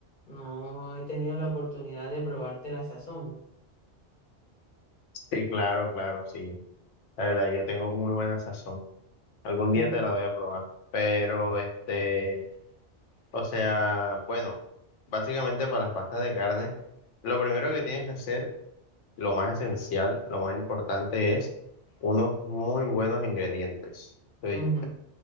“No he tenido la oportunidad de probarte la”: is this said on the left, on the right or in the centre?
Left